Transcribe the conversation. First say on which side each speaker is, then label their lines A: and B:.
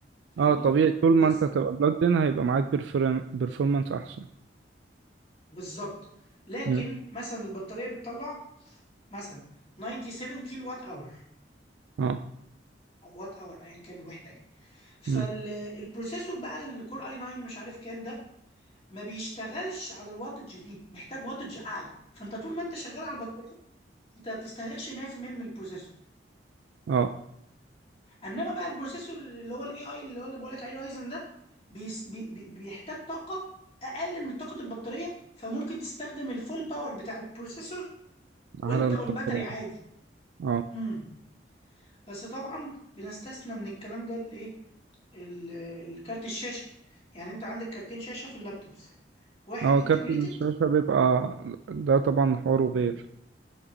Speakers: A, on the left; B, on the right.
A: فاهمني
B: اه طبيعي طول
A: بس
B: ما انت هتبقى بلوجد ان هيبقى معاك بيرفورمانس احسن
A: بالظبط لكن
B: مم.
A: مثلا البطاريه بتطلع مثلا 97 كيلو وات اور
B: اه
A: او وات اور ايا كان الوحده يعني فالبروسيسور
B: مم.
A: بقى الكور اي 9 مش عارف كام ده ما بيشتغلش على الواتج دي محتاج واتج اعلى فانت طول ما انت شغال على البطاريه انت ما بتستهلكش 100% من البروسيسور
B: اه
A: انما بقى البروسيسور اللي هو الاي اي اللي هو اللي بقول لك عليه رايزن ده بيس بي بي بيحتاج طاقه اقل من طاقه البطاريه فممكن تستخدم الفول باور بتاع البروسيسور وانت
B: على البطارية
A: اون باتري عادي
B: اه
A: امم بس طبعا بنستثنى من الكلام ده الايه ال- الكارت الشاشه يعني انت عندك كارتين شاشه في اللابتوبس واحد
B: اه
A: انتجريتد
B: كارت الشاشة بيبقى ده طبعا حواره
A: امم
B: غير